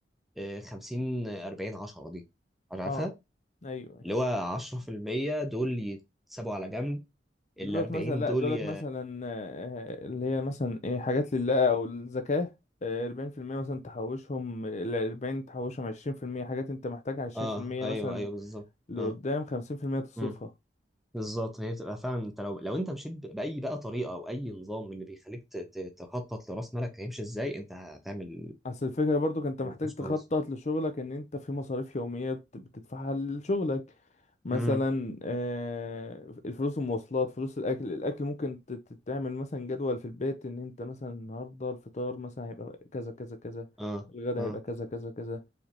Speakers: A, in the centre; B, on the left.
A: آه، 50 آه، 40 10 دي عارفها
B: أه أيوه أيوة.
A: اللي هو 10% دول يتسابوا على جنب ال
B: دولت
A: 40
B: مثلا لأ
A: دول
B: دولت
A: ي...
B: مثلا آه، اللي هي مثلا إيه حاجات لله أو الزكاة آه، أربعين في المية مثلا تحوشهم الأربعين تحوشهم عشرين في المية حاجات أنت محتاجها عشرين
A: اه
B: في المية
A: ايوه
B: مثلا
A: ايوه بالظبط
B: لقدام
A: اه
B: خمسين في المية تصرفها
A: امم بالظبط هي بتبقى فعلا انت لو لو انت مشيت ب- باي بقى طريقه او اي نظام اللي بيخليك ت- ت- تخطط لراس مالك هيمشي ازاي انت هتعمل
B: اصل الفكرة برضو انت محتاج
A: مش
B: تخطط
A: كويس
B: لشغلك ان انت في مصاريف يومية بت- بتدفعها لشغلك مثلا
A: امم
B: آه، الفلوس المواصلات فلوس الاكل الاكل ممكن ت- ت- تعمل مثلا جدول في البيت ان انت مثلا النهاردة الفطار مثلا هيبقى كذا كذا كذا
A: اه
B: الغدا
A: اه
B: هيبقى كذا كذا كذا